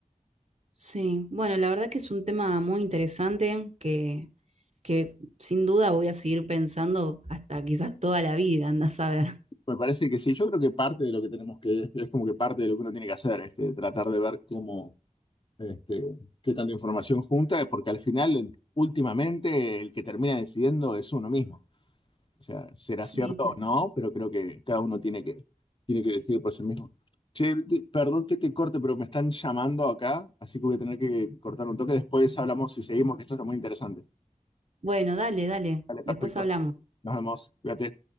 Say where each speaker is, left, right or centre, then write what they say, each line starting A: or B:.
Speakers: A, on the right; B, on the left.
A: Sí, bueno, la verdad que es un tema muy interesante que, que sin duda voy a seguir pensando hasta quizás toda la vida, anda a saber.
B: Me parece que sí, yo creo que parte de lo que tenemos que, es como que parte de lo que uno tiene que hacer, este, tratar de ver cómo, este, qué tanta información junta, porque al final, el- últimamente, el que termina decidiendo es uno mismo. O sea, será
A: Sí,
B: cierto
A: quizás.
B: o no, pero creo que cada uno tiene que, tiene que decidir por sí mismo. Che, de- perdón que te corte, pero me están llamando acá, así que voy a tener que cortar un toque. Después hablamos y seguimos, que esto está muy interesante.
A: Bueno, dale, dale,
B: Vale,
A: después
B: perfecto.
A: hablamos.
B: Nos vemos. Cuídate.